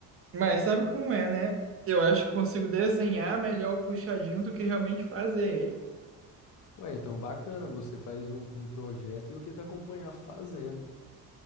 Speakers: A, on the right; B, on the left.
A: Mas sabe como é, né? Eu acho que eu consigo desenhar melhor o puxadinho do que realmente fazer
B: Ué, então bacana, você faz um, um projeto e eu tento acompanhar fazendo.